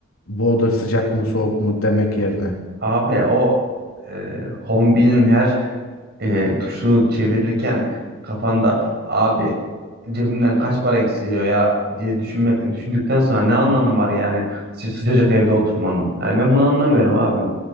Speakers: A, on the left; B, on the right.
A: Bu oda sıcak mı, soğuk mu demek yerine.
B: Abi o e, kombinin her e, tuşunu çevirirken kafanda abi cebimden kaç para eksiliyor ya diye düşünme, düşündükten sonra ne anlamı var yani sı- sıcacık evde oturmanın? Yani ben bunu anlamıyorum abi.